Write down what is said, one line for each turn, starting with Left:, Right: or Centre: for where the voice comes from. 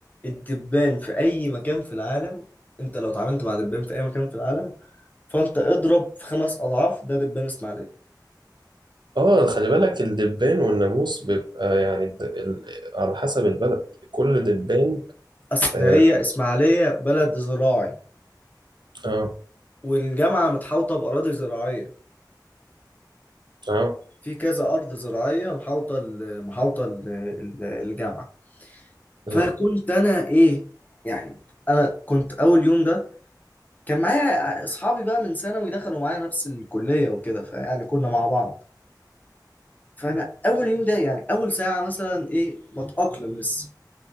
Left: الدبان في اي مكان في العالم انت لو اتعاملت مع دبان في اي مكان في العالم فانت اضرب في خمس اضعاف ده دبان اسماعيليه
Right: آه خلي بالك الدبان والناموس بيبقى يعني الد- ال- على حسب البلد كل دبان
Left: اصل
Right: آه،
Left: هي اسماعيليه بلد زراعي
Right: اه
Left: والجامعه متحوطه باراضي زراعيه
Right: اه
Left: في كذا ارض زراعيه محاوطه ال- محاوطه ال- ال- الجامعه
Right: اه
Left: فكنت انا ايه يعني انا كنت اول يوم ده كان معايا اصحابي بقى من ثانوي دخلوا معايا نفس الكليه وكده فيعني كنا مع بعض فانا اول يوم ده يعني اول ساعه مثلا ايه بتاقلم لسه